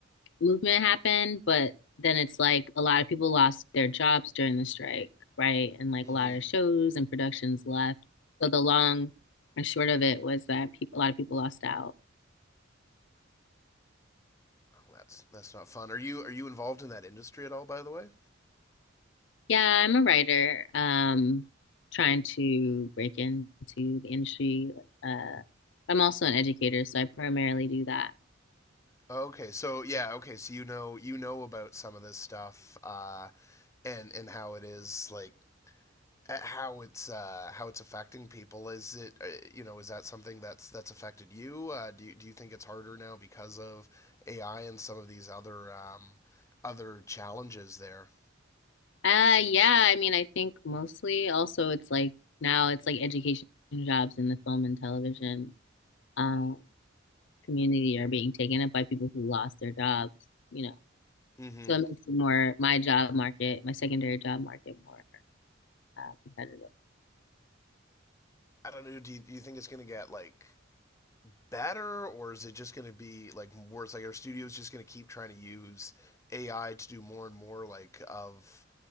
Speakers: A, on the left (about 65°); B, on the left (about 15°).
A: movement happened, but then it's like a lot of people lost their jobs during the strike, right? And like
B: Mm-hmm.
A: a lot of shows and productions left. So the long and short of it was that peop a lot of people lost out.
B: That's that's not fun. Are you are you involved in that industry at all by the way?
A: Yeah, I'm a writer, um, trying to break into the industry. like, Uh, I'm also an educator, so I primarily do that.
B: Okay, so yeah, okay, so you know you know about some of this stuff uh and and how it is like at how it's uh, how it's affecting people. Is it uh, you know is that something that's that's affected you? Uh, do you, do you think it's harder now because of AI and some of these other um, other challenges there?
A: Uh, yeah, I mean, I think mostly also it's like now it's like education jobs in the film and television. Um, community are being taken up by people who lost their jobs, you know.
B: Mm-hmm.
A: So it makes it more my job market, my secondary job market more uh, competitive.
B: I don't know. Do you, do you think it's going to get like better, or is it just going to be like worse? Like our studio's just going to keep trying to use AI to do more and more like of